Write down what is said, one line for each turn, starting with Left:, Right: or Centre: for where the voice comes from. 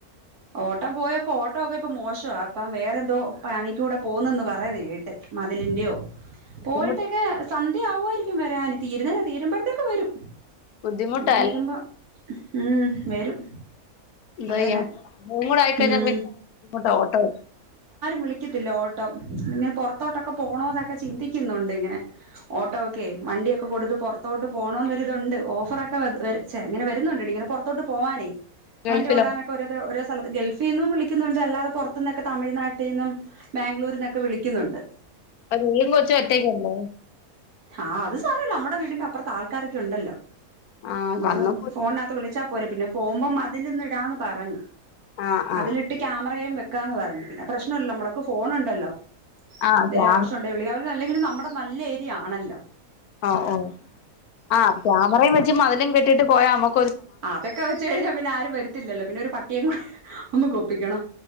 Right: ഓട്ടം പോയൊക്കെ ഓട്ടോ ഒക്കെ ഇപ്പ മോശം അപ്പം വേറെന്തോ പണിക്കൂടെ പോകുന്നുന്ന് പറയത് കേട്ട് മതിലിന്റെയോ
Left: ബുദ്ധിമുട്ട
Right: പോയിട്ടൊക്കെ സന്ധ്യ ആവുമായിരിക്കും വരാന് തീരുന്ന തീരുമ്പോഴത്തേക്കെ വരും
Left: ബുദ്ധിമുട്ടായില്ല
Right: ഇനി വരുമ്പോ ഉം വരും
Left: എന്തയ്യ
Right: അതന്നെ
Left: കൂടയിക്കഴിഞ്ഞ
Right: ഉം
Left: പിന്നെുട്ട ഓട്ടോ
Right: വിളിക്കതില്ല ഓട്ടോ ഇ പുറത്തോട്ടൊക്കെ പോണോൊെ ഒക്കെ ചിന്തിക്കുന്നുണ്ട് ഇങ്ങനെ ഓട്ടോ ഓക്കെ വണ്ടിയക്കെ ഒക്കെ കൊടുത്ത് പുറത്തോട്ട് പോകണംമൊരിതുണ്ട് ഓഫറൊക്കെ വച്ചേ ഇങ്ങനെ വരുന്നുണ്ട് ഇട ഇങ്ങെ പുറോട്ട് പോവാനേ വണ്ടി
Left: ഗൾഫിലോ
Right: ഓടാനക്ക ഒരു ഗൾഫിൽ നിന്നും വിളിക്കുന്നുണ്ട് അല്ലാതെ പുറത്തു നിന്നൊക്കെ തമിഴ്നാട്ടിൽ നിന്നുംാംഗ്ലൂരിൽ നിന്നൊക്കെ വിളിക്കുന്നുണ്ട്
Left: അ നീും കൊറച്ച വറ്റേക്കല്ലേ
Right: ആഹ് അത് സാാരമല്ലോ നമ്മടെ വീടിന്റെ അപ്പുറത്ത് ആൾക്കാരൊക്കെ ഉണ്ടല്ലോ
Left: ആ
Right: നമുക്ക്
Left: വന്നു
Right: ഫോണിനകത്ത് വിളിച്ചാൽ പോരെ പിന്നെ പോകുമ്പം അതിൽ നിന്ന ഇടാന്ന് പറഞ്ഞു
Left: ആ ആ
Right: അതിലിട്ട് ക്യാമറയും വെ ക്കാന്ന് പറഞ്ഞു പിന്നെ പ്രശ്നമല്ലോ നമ്മക്ക് ഫോണുണ്ടല്ലോ
Left: ആഹത
Right: എന്തേലും ആവശ്യം ഉണ്ടേ അല്ലെങ്കിലും നമ്മടെ നമ്മടെ നല്ല ഏരിയ ആണല്ലോ
Left: ഓ ഓ ആഹ് ക്യാമറയും വെച്ച് മതിലും കെട്ടിട്ട് പോയാ നമ്മക്ക്
Right: അതൊക്കെ വെച്ച് കഴിഞ്ഞാൽ പിന്നെ ആരും വത്തില്ലോ പിന്നെ ഒരു പട്ടിയങ്ങ ഒന്ന് കൊപ്പിക്കണ